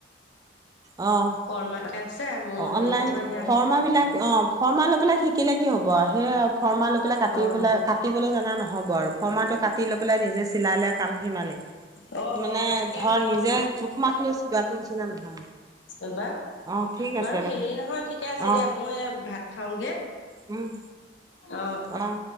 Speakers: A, on the right (about 20°); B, on the left (about 80°).
A: অ'-অ',
B: শৰ্মাকে আছে মোৰ হেৰি
A: অনলাইন
B: নহয় এয়া
A: ফাৰ্মা বিলাক অ' ফৰ্মা লৈ পেলাই শিকিলে কি হ'ব সেয়া আৰু। ফৰ্মাৰ লৈ পেলাই কাট
B: অ
A: পেলাই কাটিবলৈ জাননা নহ'ব আৰু ফৰ্মাৰটো কাটি লৈ পেলাই নিজে চিলাই লে কাম সিমানেই।
B: অ
A: মানে
B: অ তাকে
A: ধৰ
B: মই
A: নিজে জোখ মাখ লৈছিলো নিচিনা নহয়।
B: এইবা
A: অ ঠিক আছে
B: বাৰু
A: দে
B: হেৰি নহয় ঠিকে আছে
A: অ
B: দে মই এই ভাত খাওঁগে।
A: উম'।
B: অ
A: অহ,